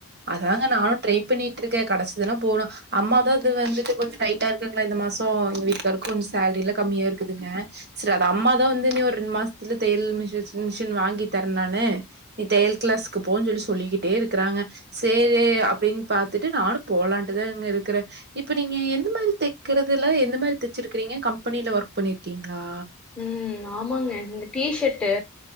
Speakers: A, on the right; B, in the centre.
A: அதாங்க நானும் ட்ரை பண்ணிட்டு இருக்க கடச்சுதுனா போனும் அம்மாதா இது வந்துட்டு கொஞ்ச டைட்டா இருக்கங்களா இந்த மாசம் எங்க வீட்டுக்காருக்கும் கொஞ்ச சேலரி எல்லாம் கம்மியா இருக்குதுங்க சரி அது அம்மாதா வந்து இன்னும் ஒரு ரெண்டு மாசத்துல தையல் மிஷ மிஷின் வாங்கி தர நானு நீ தையல் கிளாஸ்க்கு போ சொல்லி சொல்லிகிட்டே இருக்கிறாங்க சேரி அப்படின் பாத்துட்டு நானு போலான்ட்டுதாங்க இருக்கிற இப்ப நீங்க எந்த மாதிரி தெக்கறதுல எந்த மாதிரி தெச்சிருக்கிறீங்க கம்பெனில ஒர்க் பண்ணிருகீங்களா
B: ம் ஆமாங்க இந்த டீஷர்ட்டு